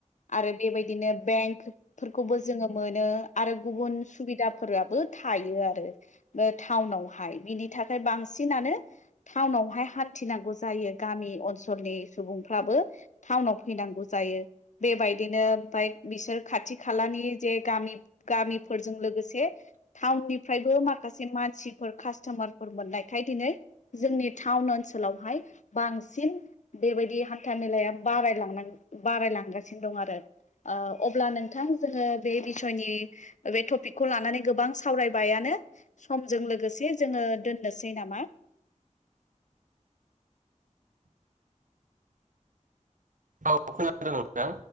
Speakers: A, on the left; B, on the right.
A: आरो बेबायदिनो बेंक फोरफोरखौबो जोङो मोनो आरो गुबुन सुबिदाफोराबो थायो आरो बे टाउनावहाय बिनि थाखाय बांसिन बांसिनानो टाउनावहाय हान्थिनांगौ जायो गामि ओनसोलनि सुबुंफ्राबो था टाउनाव फैनांगौ जायो बेबायदिनो ओमफ्राय बिसोर खाथि खालानि जे गामि गामिफोरजों लोगोसे टाउननिफ्रायबो माखासे मानसिफोर कास्टमारफोर मोननाय थायो दिनै जोंनि टाउन ओनसोलावहाय बांसिन बेबायदि हान्था मेलाया बाङो बारायल बारायलांगासिनो दं आरो अब्ला नोंथां जोङो बे बिसयनि बे टपिकखौ लानानै गोबां सावरायबायानो समजों लोगोसे जोङो दोननोसै नामा <inaudible>
B: औ खोनादों नोंथां